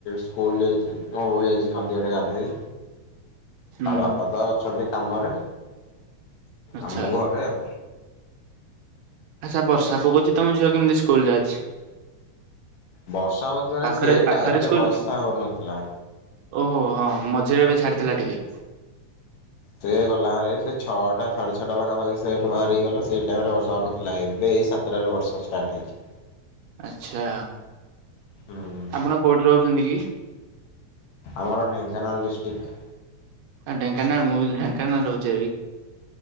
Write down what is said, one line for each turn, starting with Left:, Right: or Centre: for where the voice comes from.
Left: ସ୍କୁଲ୍ ଯାଇଛି, ମୋ ବୋଉ ଯାଇଛି ନଦୀ ଆଡେ ଗାଧେଇ।
Right: ହୁଁ
Left: ତା ବାପା ତ ଅଛନ୍ତି କାମରେ,
Right: ଆଚ୍ଛା।
Left: ଆଉ ମୁଁ ଘରେ ଆଉ।
Right: ଆଚ୍ଛା, ବର୍ଷା ପକଉଛି ତୋମ ଝିଅ କେମିତି ସ୍କୁଲ୍ ଯାଇଛି?
Left: ବର୍ଷା ହଉଛି ମାନେ
Right: ପାଖରେ
Left: ସେଇ
Right: ପାଖରେ
Left: ଟାଇମ୍
Right: ସ୍କୁଲ
Left: ରେ ବର୍ଷା
Right: କି?
Left: ହଉନଥିଲା।
Right: ଓହୋ! ହଁ ମଝିରେ ଏବେ ଛାଡିଥିଲା ଟିକେ।
Left: ସେ ଗଲା ଭାରି, ସେ ଛଅଟା ସାଢେ ଛଅଟା ପାଖାପାଖି ସେ ଏଠୁ ବାହାରିକି ଗଲା। ସେଇ ଟାଇମ୍ ରେ ବର୍ଷା ହଉ ନଥିଲା, ଏବେ ଏଇ ସା ସାତଟାରେ ବର୍ଷା ଷ୍ଟାର୍ଟ ହେଇଛି।
Right: ଆଚ୍ଛା,
Left: ହୁଁ
Right: ଆପଣ କୋଉଠି ରହୁଛନ୍ତି କି?
Left: ଆମର ଢେଙ୍କାନାଳ ଡିଷ୍ଟିକ୍।
Right: ଏ ଢେଙ୍କାନାଳ ମୁଁ ବି ତ ଢେଙ୍କାନାଳ ରହୁଚେ ବି।